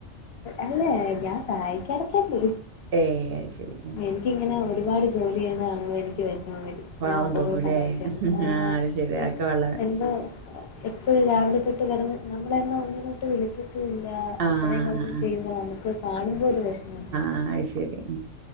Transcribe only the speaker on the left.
അല്ലേ ഞാൻ സഹായിക്കാറൊക്കെണ്ട്
എനിക്കിങ്ങനെ ഒരുപാട് ജോലി ചെയ്യുന്നതാണുമ്പോ എനിക്ക് വെഷമം വെരും
ഞാൻ അപ്പ
പോയി സഹായിക്കാറുണ്ട് ഏഹ്
എനിക്ക്
എന്തോ എപ്പൊഴും രാവിലെ തൊട്ട് കെടന്ന് നമ്മളെന്നാ ഒന്നിനുട്ട് വിളിക്കു ല്ല
അത്രയും കെടന്ന് ചെയ്യുമ്പോ നമുക്കത് കാണുമ്പോ ഒരു വെഷമല്ലേ